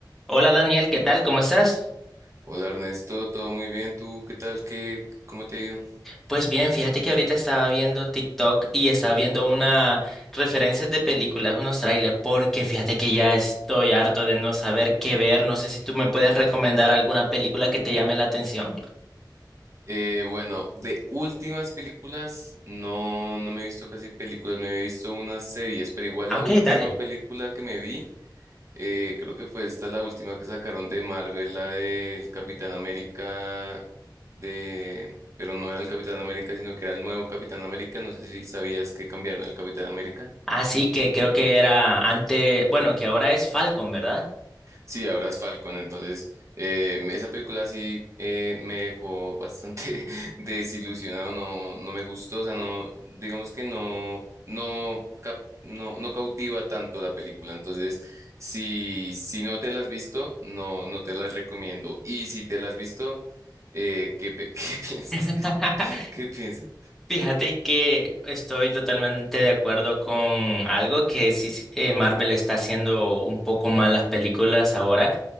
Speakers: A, in the centre; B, on the right.
A: Hola Daniel, ¿qué tal? ¿Cómo estás?
B: Hola Ernesto, todo muy bien. ¿Tú qué tal? ¿Qué, cómo te ha ido?
A: Pues bien, fíjate que ahorita estaba viendo TikTok y estaba viendo una referencias de películas, unos trailers, porque fíjate que ya estoy harto de no saber qué ver. No sé si tú me puedes recomendar alguna película que te llame la atención.
B: Eh, bueno, de últimas películas, no, no me he visto casi películas, me he visto unas series, pero igual
A: Ah,
B: la
A: Ok,
B: última
A: dale.
B: película que me vi, eh, creo que fue esta la última que sacaron de Marvel, la del Capitán América, de... pero no era el Capitán América, sino que era el nuevo Capitán América. No sé si sabías que cambiaron el Capitán América.
A: Así que creo que era antes, bueno, que ahora es Falcon, ¿verdad?
B: Sí, ahora es Falcon, entonces eh, esa película sí eh, me dejó bastante <laughs> desilusionado, no, no me gustó, o sea, no, digamos que no, no, cap- no, no cautiva tanto la película, entonces si, si no te la has visto, no, no te la recomiendo, y si te la has visto, eh, ¿qué, pe- <laughs> qué piensas
A: <laughs>
B: de eso? <laughs> ¿Qué piensas?
A: Fíjate que estoy totalmente de acuerdo con algo que sí sí, eh, Marvel está haciendo un poco mal las películas ahora.